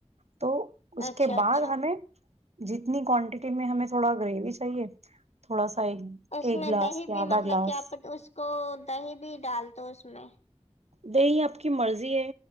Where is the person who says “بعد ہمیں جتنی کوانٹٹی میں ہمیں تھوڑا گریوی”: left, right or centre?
Right